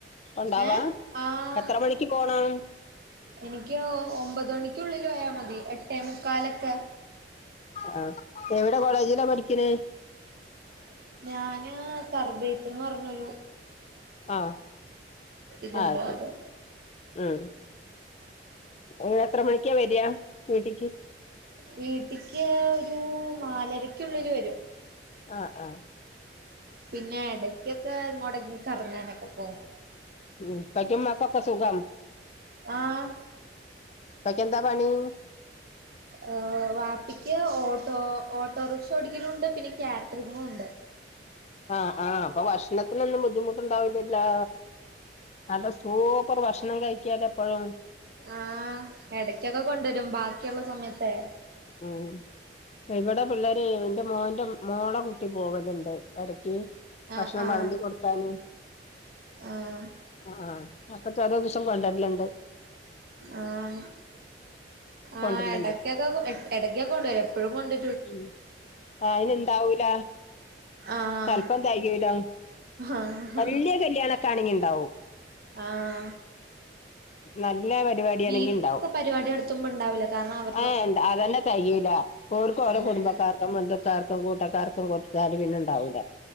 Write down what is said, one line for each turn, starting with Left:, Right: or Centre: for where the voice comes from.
Left: ഉണ്ടാവാ
Right: ഏഹ് ആഹ്
Left: എത്ര മണിക്ക് പോണം.
Right: എനിക്ക് ഒമ്പത് മണിക്കുള്ളില് പോയാ മതി എട്ടേ മുക്കാലൊക്കെ.
Left: ആ എവിടെ കോളേജിലാ പഠിക്കണേ?
Right: <inaudible> ഞാന് തർബീത്ത്ന്ന് പറഞ്ഞൊരു
Left: ആഹ്
Right: ഇതുണ്ട്
Left: ആശരി.
Right: അത്
Left: ഉം പിന്നെത്ര മണിക്കാ വരാ വീട്ടിക്ക്?
Right: വീട്ടിക്ക് ഒരു നാലരക്കുള്ളില് വരും.
Left: ആഹ് ആഹ്
Right: പിന്നെ എടയ്ക്കൊക്കെ ങ്ങോട്ടങ്കിലും കറങ്ങാനൊക്കെ പോകും.
Left: ഉം പ്പക്യുമ്മാക്കുക്കെസുഖം.
Right: ആഹ്
Left: പ്പാക്ക് എന്താ പണി?
Right: ഹ് വാപ്പിക്ക് ഓട്ടോ ഓട്ടോറിക്ഷ ഓടിക്കലൂണ്ട് പിന്നെ കാറ്റ്റിങ്ങും ഉണ്ട്.
Left: ആഹ് ആഹ് അപ്പൊ ഭക്ഷണത്തിനൊന്നും ബുദ്ധിമുട്ടുണ്ടാവുലല്ലോ? നല്ല സൂപ്പർ ഭക്ഷണം കഴിക്കാലോ എപ്പഴും?
Right: ആഹ് എടക്കൊക്കെ കൊണ്ടുരും ബാക്കിയുള്ള സമയത്തെ.
Left: ഉം ഇവിടെ പിള്ളേര്ന്റെ മോന്റെ മോളെ കുട്ടി പോകല്ണ്ട് എടക്ക്
Right: ആഹ്
Left: ഭക്ഷണം
Right: ആഹ്
Left: വെളമ്പി കൊടുക്കാന്.
Right: ആഹ്
Left: ആ അപ്പോ ചെലോ ദിസം കൊണ്ടര്ല്ണ്ട്.
Right: ആഹ്
Left: കൊണ്ടരലുണ്ട്
Right: ആ എടക്കെക്കെ കൊ എടയ്ക്കൊക്കെണ്ടരും എപ്പഴും കൊണ്ട്
Left: ഉം അയിന്ണ്ടാവൂല.
Right: ആഹ്
Left: ചെല്പം തെകയൂല
Right: ആഹ്
Left: വല്ല്യ കല്യാണൊക്കാണെങ്കി ണ്ടാവും.
Right: ആഹ
Left: നല്ല പരിപാടിയാണെങ്കി
Right: വീട്ടി
Left: ഉണ്ടാവും
Right: <inaudible> പരിപാടിനടത്തുമ്പോ ഇണ്ടാവൂല കാരണം അവർ
Left: ഏ അതന്നെ തെകയൂല. ഓർക്ക് ഓര്ടെ
Right: ആഹ്
Left: കുടുംബക്കാർക്കും, ബന്ധുക്കാർക്കും, കൂട്ടക്കാർക്കും കൊടുത്താൽ പിന്നെണ്ടാവൂല.